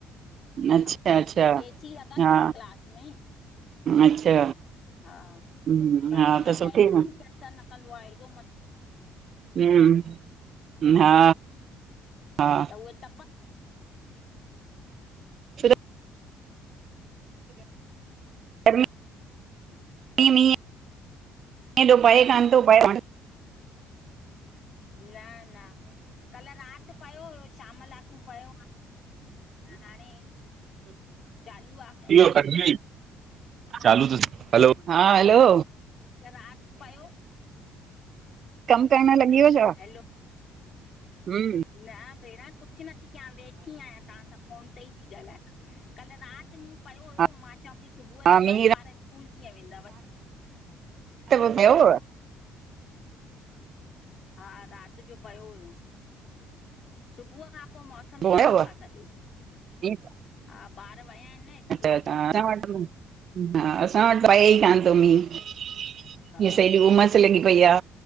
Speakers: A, on the right (about 50°); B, on the left (about 45°).
A: अच्छा
B: हा,
A: अच्छा
B: ए सी लॻल
A: हा
B: तसि क्लास में
A: अच्छा
B: हा,
A: हम्म
B: पर
A: हा
B: चवंदी
A: त सुठी
B: आ ए सी
A: न
B: बि असर न कंदो आ एॾो मतिलबु
A: हूं हा हा।
B: त उहे तपा
A: छोजो गर्मी <unintelligible> हेॾो पए कानि तो पए हाण।
B: न न कल राति पयो हुयो। शाम लाकू पयो आ हाणे चालू आ।
A: इयो कटजी वइ, चालू तस हलो हा हेलो
B: त राति पयो
A: कमु करणु लॻी वियो छा?
B: हैलो
A: हूं
B: न भेण कुझु नथी कयां वेठी आहियां तहां सां। फोनु ते ई ती ॻाल्हायां, कल राति मींहुं पियो हुयो
A: हा
B: मां चां पई सुबुह
A: हा
B: न
A: मींहुं
B: पए ॿार स्कूलु कीअं वेंदव।
A: त पो पियोव?
B: हा राति जो पयो हुयो सुबुह खां पो मौस मौसम
A: हुयव?
B: साफ़ आ सॼो,
A: मींहुं
B: हा ॿार विया आहिनि न स्कूलु।
A: त तां, असां वटि, हा, असां वटि पए ई कानि तो मींहुं।
B: हा
A: की असाए हेॾी उमसु लॻी पई आ,